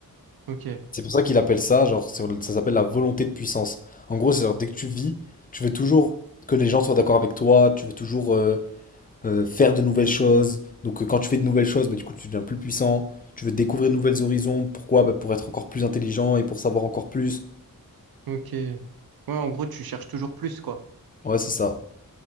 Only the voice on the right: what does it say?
Ok,
ok. Ouais, en gros, tu cherches toujours plus, quoi.